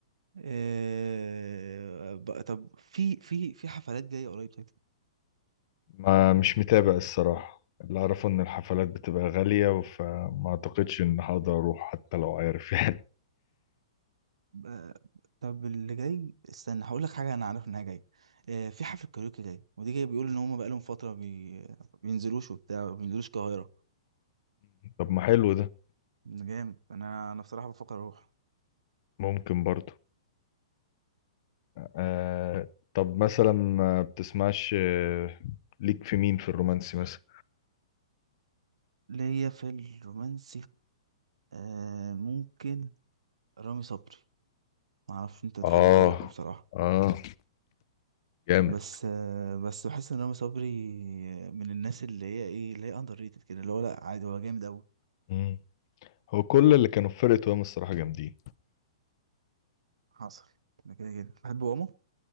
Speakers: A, on the right (about 80°); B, on the left (about 50°).
A: آه... بقى- طب في في في حفلات جايه قريب طيب
B: ما مش متابع الصراحه اللي اعرفه ان الحفلات بتبقى غاليه فما اعتقدش ان هقدر اروح حتى لو عارف يعني
A: بقى- طب اللي جاي استنى هقول لك حاجه انا عارف انها جايه آه... في حفله كاريوكي جاي ودي جايه بيقولوا ان هم بقالهم فتره بي... بينزلوش وبتاع ما بينزلوش القاهره
B: <laughs> طب ما حلو ده
A: جامد انا انا بصراحه بفكر اروح
B: ممكن برضه آه طب مثلا ما بتسمعش آه، ليك في مين في الرومانسي مثلا
A: ليا في الرومانسي آه... ممكن رامي صبري ما اعرفش انت تحبه
B: اه
A: ولا لا بصراحه
B: اه جامد
A: بس آه، بس بحس ان رامي صبري من الناس اللي هي ايه اللي هي اندر ريتد كده اللي هو لا عادي هو جامد قوي
B: مم. هو كل اللي كانوا في فرقة وهم الصراحة جامدين
A: حصل انا كده كده بحب ماما